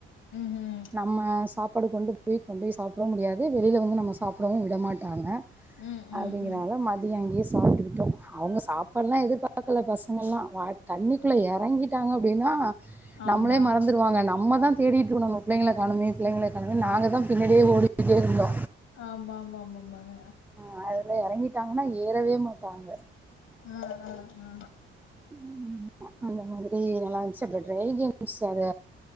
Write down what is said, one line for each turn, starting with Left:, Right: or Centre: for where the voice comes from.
Left: ம் ம்
Centre: ந ம்ம சாப்பாடு கொண்டு போய் கொண்டு போய் சாப்டவு முடியாது வெளியில வந்து நம்ம சாப்டவு விட மாட்டாங்க
Left: ம் ம்
Centre: அப்டிங்கிறால
Left: ம்
Centre: மதிய அங்கியே சாப்ட்டுக்கிட்டோ அவுங்க சாப்பாடுல்லா எதுர் பாக்கல பசங்கயெல்லா வா தண்ணிக்குள்ள இறங்கிட்டாங்க அப்டின்னா
Left: ஆமா
Centre: நம்மளே மற ந்துருவங்க நம்ம தா தேடிகிட்ருக்கோனு நம்ம புள்ளகள காணமே புள்ளங்கள காணமே நாங்க தா பின்னடியே ஓடிக்கிட்டேருந்தோ
Left: ஆமா ஆமா ஆமா ஆமாங்க
Centre: ஆ இதுல எறங்கிட்டாங்கன்னா ஏறவே மாட்டாங்க
Left: ம் ம் ம்
Centre: ம் ஆ அந்த மாதரி நல்லா இருந்துச்சு அப்றோ ட்ரை கேம்ஸ் அத